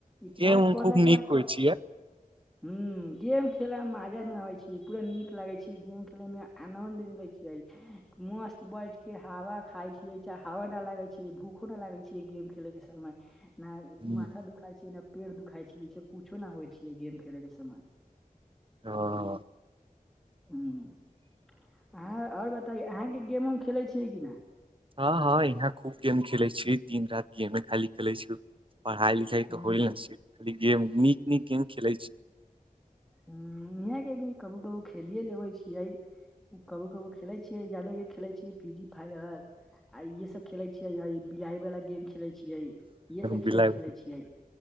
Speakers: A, in the centre; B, on the right.
A: इतिहास
B: गेम
A: पढ़ल
B: खूब
A: के
B: नीक
A: बाद
B: होइ
A: कथी
B: छियै
A: हुं, गेम खेला मे मजा नहि आबै छै। पूरा नीक लागे छै गेम खेले में आनंद मिले छियै। मस्त बैठ के हवा खाय छियै चाहे हवा न लागे छियै भूखो न लागे छियै गेम खेलै के समय नहि
B: ह
A: माथा दुखाय छियै नहि पेड़ दुखाय छियै इ सब कुछो न होइ छै गेम खेले के समय।
B: हं।
A: हं अहाँ और बताइए अहाँके गेम उम खेलै छियै कि नै।
B: हँ हं यहां खूब गेम खेले छी, दिन राति गेमे खाली खेले छी, पढ़ाई लिख तऽ
A: न
B: होइल नहि छै, खाली गेम नीक नीक गेम खेलै छी।
A: हुं इहां के भी कबी कबी खेलिए लेबै छियै कभी कभी खेलै छियै जादे खेलै छियै फ्री फायर आ इहे सब खेलै छियै ह बिलाइवला गेम खेलै छियै। इहे सब
B: बिलाइ
A: गेम खेले छियै